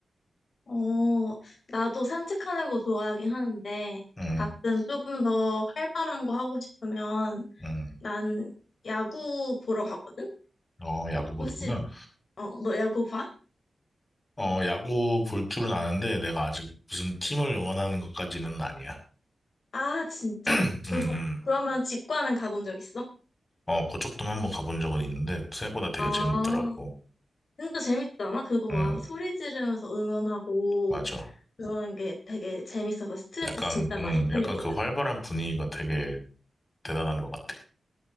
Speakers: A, on the left; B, on the left.
A: 어, 나도 산책하는 거 좋아하긴 하는데,
B: 응,
A: 가끔 조금 더 활발한 거 하고 싶으면,
B: 응.
A: 난 야구 보러 가거든?
B: 어, 야구 보는구나.
A: 혹시, 어, 너 야구 봐?
B: 어, 야구 볼 줄은 아는데 내가 아직 무슨 팀을 응원하는 것까지는 아니야.
A: 아, 진짜?
B: <clears throat> 음,
A: 그거,
B: 음.
A: 그러면 직관은 가본 적 있어?
B: 어, 그쪽도 한번 가본 적은 있는데 생각보다 되게
A: 아,
B: 재밌더라고.
A: 진짜 재밌지 않아? 그거
B: 응
A: 막 소리 지르면서 응원하고,
B: 맞아.
A: 그러는 게 되게 재밌어서 스트레스
B: 약간,
A: 진짜
B: 음,
A: 많이 풀리거든.
B: 약간 그 활발한 분위기가 되게 대단한 것 같아.